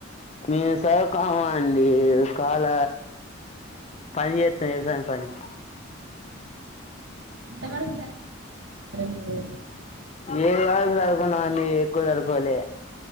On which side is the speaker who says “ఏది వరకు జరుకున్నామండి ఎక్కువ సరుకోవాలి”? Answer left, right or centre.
Left